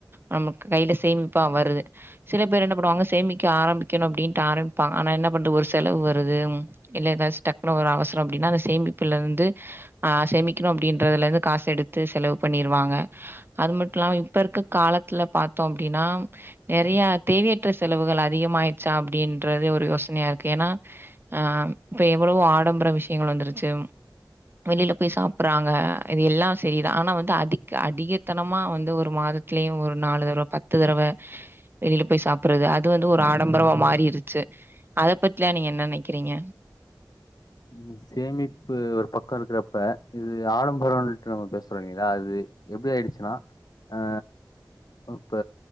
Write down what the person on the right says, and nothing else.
நம்ம கையில சேமிப்பா வருது சில பேர் என்ன பண்ணுவாங்க சேமிக்க ஆரம்பிக்கணு அப்டின்ட்டு ஆரம்பிப்பாங்க ஆனா என்ன பண்றது ஒரு செலவு வருது இல்ல ஏதாச்ச டக்குனு ஒரு அவசரோ அப்டின்னா அந்த சேமிப்புல இருந்து ஆ சேமிக்கணு அப்டின்றதுல இருந்து காசு எடுத்து செலவு பண்ணிருவாங்க அது மட்டு இல்லாம இப்ப இருக்க காலத்துல பாத்தோ அப்டின்னா நெறையா தேவையற்ற செலவுகள் அதிகமாயிடுச்சா அப்டின்றது ஒரு யோசனையா இருக்கு ஏன்னா ஆ இப்போ எவ்வளவோ ஆடம்பர விஷயங்கள் வந்துருச்சு வெளில போய் சாப்றாங்க இது எல்லா சரிதா ஆனா வந்து அதி க அடிகத்தனமா வந்து ஒரு மாதத்திலே ஒரு நாலு தடவ பத்து தடவ வெளில போய் சாப்புறது அது வந்து ஒரு ஆடம்பரவா மாறிருச்சு அத பத்லா நீங்க என்ன நினைக்கிறீங்க